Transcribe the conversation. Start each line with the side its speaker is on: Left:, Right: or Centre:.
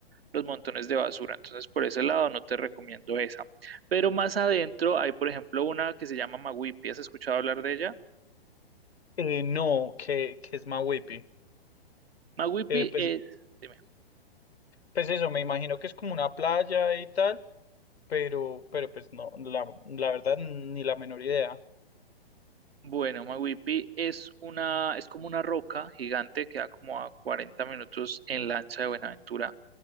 Right: los montones de basura. Entonces, por ese lado no te recomiendo esa. Pero más adentro hay, por ejemplo, una que se llama Maguipi. ¿Has escuchado hablar de ella?
Left: Eh, no, que, que es Mahuipi.
Right: Maguipi
Left: Eh, pues,
Right: es, dime.
Left: pues eso, me imagino que es como una playa y tal, pero, pero pues no, la, la verdad ni la menor idea.
Right: Bueno, Maguipi es una, es como una roca gigante que da como a 40 minutos en lancha de Buenaventura.